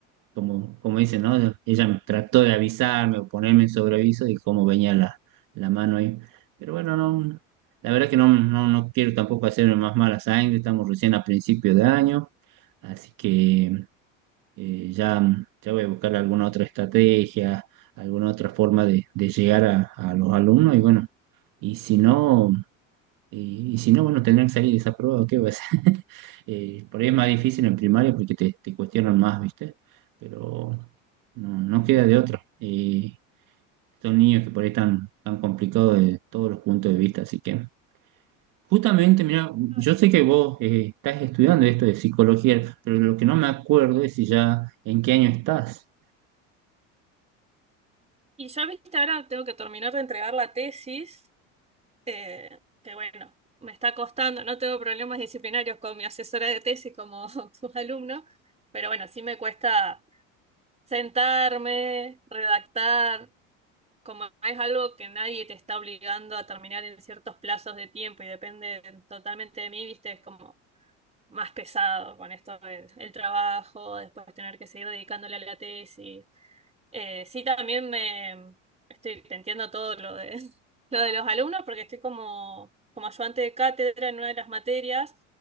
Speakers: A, on the right; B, on the right.
A: como, como dice, ¿no? Ella trató de avisarme o ponerme en sobreaviso de cómo venía la la mano ahí. Pero bueno, no, la verdad que no, no, no quiero tampoco hacerme más mala sangre, estamos recién a principio de año, así que eh, ya, ya voy a buscar alguna otra estrategia, alguna otra forma de, de llegar a, a los alumnos y bueno, y si no, y, y si no, bueno, tendrán que salir desaprobados, ¿qué va a ser? <laughs> Eh, por ahí es más difícil en primaria porque te, te cuestionan más, ¿viste? Pero no, no queda de otra. Eh, son niños que por ahí están tan complicados de todos los puntos de vista, así que justamente, mira,
B: Ah,
A: yo sé que vos eh, estás estudiando esto de psicología, pero lo que no me acuerdo es si ya en qué año estás.
B: Y yo, viste, ahora tengo que terminar de entregar la tesis, eh, que bueno, me está costando, no tengo problemas disciplinarios con mi asesora de tesis como <laughs> tus alumnos, pero bueno, sí me cuesta sentarme, redactar. como es algo que nadie te está obligando a terminar en ciertos plazos de tiempo y depende totalmente de mí, viste, es como más pesado con esto del el trabajo, después tener que seguir dedicándole a la tesis. Eh, sí, también me estoy, te entiendo todo lo de, <laughs> lo de los alumnos porque estoy como, como ayudante de cátedra en una de las materias.